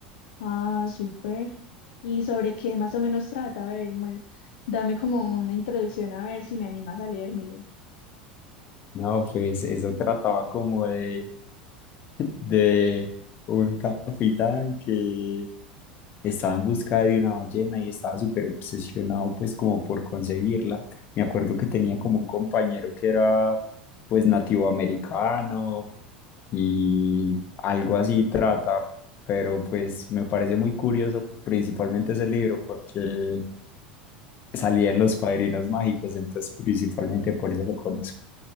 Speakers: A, on the left (about 65°); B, on the left (about 40°).
A: Ah, súper. ¿Y sobre qué más o menos trata? A ver, mue- dame como una introducción a ver si me animas a leérmelo.
B: No, pues eso trataba como de, de un capitán que estaba en busca de una ballena y estaba súper obsesionado pues como por conseguirla. Me acuerdo que tenía como un compañero que era pues nativo americano y algo así trata, pero pues me parece muy curioso principalmente ese libro porque salía en Los Padrinos Mágicos, entonces principalmente por eso lo conozco.